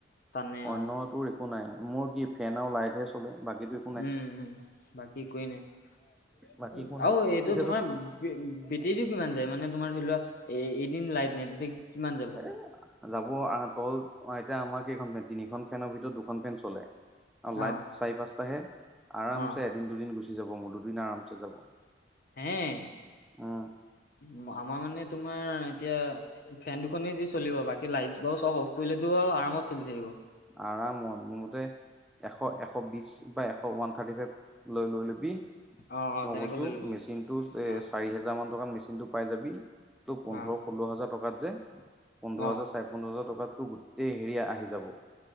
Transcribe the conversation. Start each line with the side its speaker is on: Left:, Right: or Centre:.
Left: টানে
Centre: অন্য
Left: অ
Centre: তুৰ একো নাই, মোৰ কি ফেন আৰু লাইটহে চলে বাকীটো
Left: উম, উম। বাকী একোৱে নাই।
Centre: বাকী একো নাই
Left: আৰু এইটো
Centre: এতিয়াতো
Left: তোমাৰ বে বেটেৰীটো কিমান যায়? মানে তোমাৰ ধৰি লোৱা, এ এদিন লাইট নাই তেতিয়া কিমান যাব?
Centre: এ যাব <unintelligible> এতিয়া আমাৰখন ফেন তিনিখন ফেনৰ ভিত দুখন ফেন চলে। চলে আৰু লাইট
Left: অ
Centre: চাৰি পাঁচাহে। আৰামচে
Left: অ
Centre: এদিন দুদিন গুচি যাব মোৰ দুদিন আৰামচে যাব।
Left: হে',
Centre: উম
Left: ম আমাৰ মানে তোমাৰ এতিয়া ফেন দুখনেি যি চলিব বাকী লাইট বু চব অফ কৰিলেতো আৰামত চলি থাকিব
Centre: আৰামত মোৰমতে এশ এশ বিশ বা এশ ওৱান থাৰ্টি ফাইভ লৈ লৈ লবি।
Left: অ অ
Centre: মই
Left: তেনেকৈ
Centre: কৈছোঁ,
Left: লৈ ল'ব লাগিব
Centre: মেচিনটো এ
Left: অ
Centre: চাৰি হেজাৰ মান টকাত মেচিনটো পাই যাবি। ত' পোন্ধৰ
Left: অ
Centre: ষোল্ল হাজাৰ টকাত যে পোন্ধৰ
Left: অ
Centre: হাজাৰ চ পোন্ধৰ হাজাৰ টকাততো গোটেই হেৰি আহি যাব।